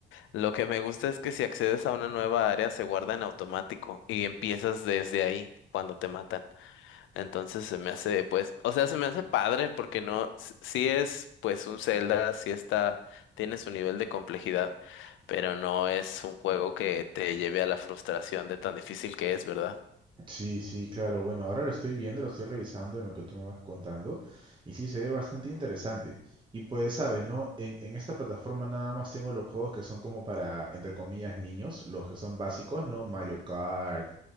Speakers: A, on the left; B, on the right.
A: lo que me gusta es que si accedes a una nueva área se guarda en automático y empiezas desde ahí cuando te matan. Entonces se me hace, pues, o sea, se me hace padre porque no, s- sí es pues un Zelda, sí está, tiene su nivel de complejidad, pero no es un juego que te lleve a la frustración de tan difícil que es, ¿verdad?
B: Sí, sí, claro. Bueno, ahora lo estoy viendo, lo estoy revisando en lo que tú me vas contando. Y sí, se ve bastante interesante. Y pues, sabes, ¿no? En, en esta plataforma nada más tengo los juegos que son como para, entre comillas, niños. Los que son básicos, ¿no? Mario Kart,